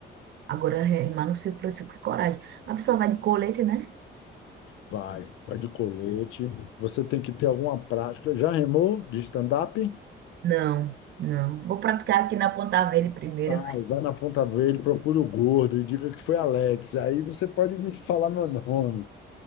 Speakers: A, on the right (about 60°); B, on the left (about 80°).
A: agora remar no Rio Francisco, que coragem. A pessoa vai de colete, né?
B: Vai, vai de colete. Você tem que ter alguma prática. Já remou de stand-up?
A: Não, não. Vou praticar aqui na Ponta Verde primeiro.
B: Vai, vai na Ponta Verde, procura o gordo e diga que foi Alex. Aí você pode me falar meu nome.